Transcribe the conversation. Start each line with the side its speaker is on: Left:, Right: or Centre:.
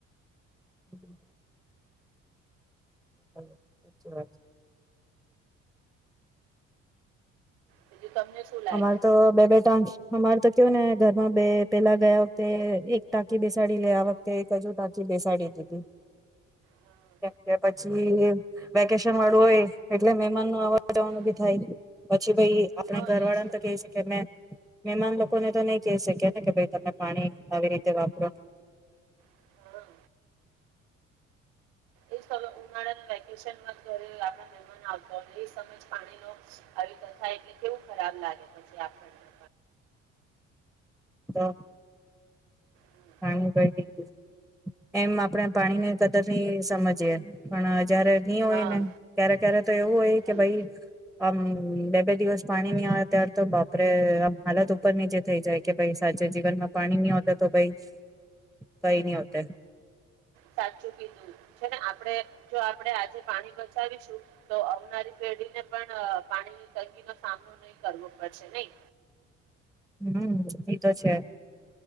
Centre: હમ ભલે સાચી વાત છે
Right: બીજું હમ તમને શું લાગે?
Centre: અમારે તો બે બેટાં અમારે તો કયો ને ઘરમાં બે પેલા ગયા વખતે એક ટાંકી બેસાડી લે આ વખતે એક હજુ ટાંકી બેસાડી દીધી
Right: હા
Centre: કેમ કે પછી વેકેશન વાળું હોય એટલે મેહમાનનું અવાનું જવાનું
Right: હમ
Centre: ભી થાય પછી ભઈ
Right: હા
Centre: ઘરવાળા
Right: એજ
Centre: ને તો કહી શકે મેં મહેમાન લોકોને તો નહી કહી શકે ને કે ભાઈ તમે પાણી આવી રીતે વાપરો
Right: હા. એ સમ ઉનાળાના વેકેશન ઘરે આપ મહેમાન આવતા હોય એ સમય જ પાણી ન આવી ક થાય એટલે કેવું ખરાબ લાગે પછી આપણને
Centre: તો
Right: હમ.
Centre: પાણી <unintelligible> <unintelligible> એમ આપણે પાણી ને કદરની સમજીએ પણ જયારે નહી હોય
Right: હા
Centre: ને ક્યારે ક્યારે તો એવું હોય કે
Right: હમ
Centre: ભાઈ આમ બે બે દિવસ પાણી નહી આવે ત્યાર તો બાપરે આમ હાલત ઉપર નીચે થઈ જાય કે ભાઈ સાંજે જીવનમાં પાણી નહી હોતા તો ભાઈ કઈ નહી હોત એમ
Right: સાચું કીધું છે ને આપણે જો આપણેે આજે પાણી બચાવીશું તો આવનારી પેઢીને પણ પાણીની તંગી નો સામનો નહી કરવો પડશે નઈ
Centre: હમ એ તો છે